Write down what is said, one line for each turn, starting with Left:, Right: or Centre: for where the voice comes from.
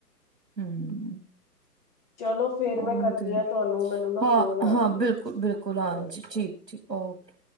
Right: ਹਮ।
Left: ਚਲੋ ਫੇਰ
Right: ਉਹ
Left: ਮੈਂ ਕਰਦੀ
Right: ਤੇ
Left: ਹਾਂ ਤੁਹਾਨੂੰ ਮੈਨੂੰ ਨਾ
Right: ਹਾਂ-ਹਾਂ,
Left: ਕੋਲ ਆ ਰਹੀ
Right: ਬਿਲਕੁਲ-ਬਿਲਕੁਲ,
Left: ਹੈ।
Right: ਹਾਂਜੀ
Left: ਓਕੇ
Right: ਠੀਕ-ਠੀਕ ਓਕੇ।